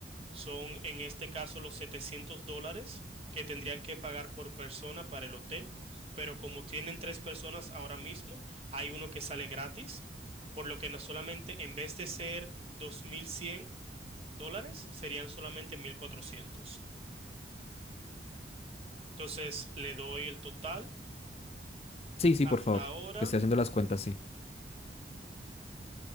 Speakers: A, on the right; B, on the left.
A: son, en este caso, los 700 dólares que tendrían que pagar por persona para el hotel, pero como tienen tres personas ahora mismo, hay uno que sale gratis, por lo que no solamente en vez de ser dos mil cien dólares, serían solamente 1.400. Entonces, le doy el total
B: Sí, sí,
A: hasta
B: por favor.
A: ahora.
B: Que esté haciendo las cuentas, sí.